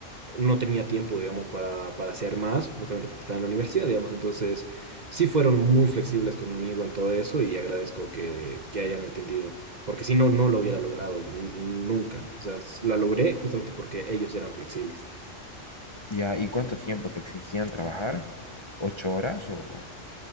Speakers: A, on the right (about 40°); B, on the left (about 30°).
A: no tenía tiempo, digamos, para, para hacer más, justamente porque estaba en la universidad, digamos. Entonces, sí fueron muy flexibles conmigo en todo eso y agradezco que, que hayan entendido, porque si no, no lo hubiera logrado n- nunca. O sea, s- la logré justamente porque ellos eran flexibles.
B: Ya, ¿y cuánto tiempo te exigían trabajar? ¿Ocho horas? O